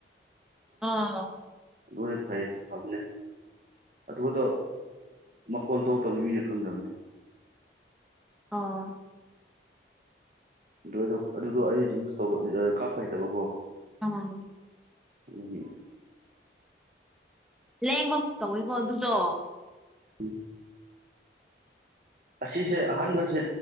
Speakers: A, in the centre; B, on the right.
A: ꯑꯥ
B: ꯑꯗꯨꯕꯨꯗꯤ ꯐꯩ ꯊꯕꯅꯤ ꯑꯗꯨꯗꯣ ꯃꯈꯣꯟ ꯊꯣꯛꯇꯕꯅꯤ ꯃꯤꯅ ꯈꯪꯗꯕꯅꯤ
A: ꯑꯥ
B: ꯑꯗꯨꯗ ꯑꯗꯨꯗꯣ ꯑꯩ ꯌꯨꯁ ꯇꯧꯕ ꯀꯥꯞꯄ ꯍꯩꯇꯕꯀꯣ
A: ꯑꯥ
B: ꯐ
A: ꯂꯦꯡꯕꯒ ꯇꯧꯋꯤꯀꯣ ꯑꯗꯨꯗꯣ
B: ꯎꯝ ꯑꯁꯤꯁꯦ ꯑꯍꯥꯟꯕꯁꯦ